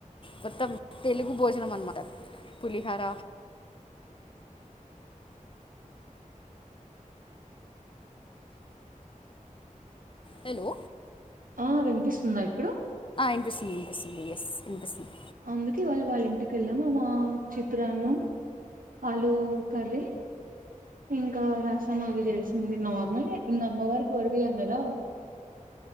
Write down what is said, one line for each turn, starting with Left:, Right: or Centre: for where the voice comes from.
Left: మొత్తం తెలుగు భోజనం అన్నమాట పులిహోర హలో
Right: ఆ వినిపిస్తుందా ఇప్పుడు
Left: ఇన్పిస్తుంది ఇన్పిస్తుంది ఎస్ ఇన్పిస్తుంది
Right: అందుకే ఇవాళ్ళ వాళ్ళ ఇంటికి వెళ్ళాము ఆ చిత్రాన్నం ఆలూ కర్రీ ఇంకా రసం అవి చేస్ ఇంగ నార్మలే ఇంగ అమ్మవారికి తోడుపోయం గదా